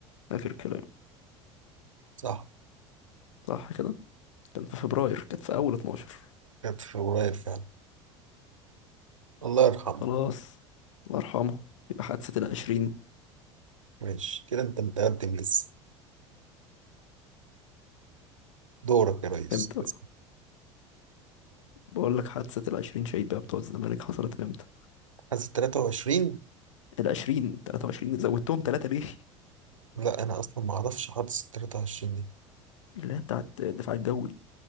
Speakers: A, on the left (about 75°); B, on the right (about 80°).
A: آخر كلام
B: صح
A: صح كده كان في فبراير كانت في أول 12
B: كانت في قريب فعلا الله يرحمه
A: خلاص الله يرحمه يبقى حادثة العشرين
B: ماشي كده أنت متقدم لسه دورك يا ريس
A: امتى؟
B: بس
A: بقول لك حادثة العشرين شيبة بتوع الزمالك حصلت امتى؟
B: حاسس 23
A: العشرين تلاتة وعشرين زودتهم تلاتة ليه؟
B: لا أنا أصلا معرفش حاسس 23 دي
A: اللي هي بتاعت الدفاع الجوي